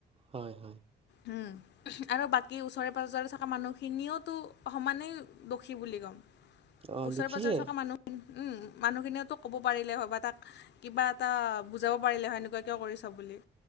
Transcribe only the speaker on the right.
হয় হয়
অ
দুখীয়ে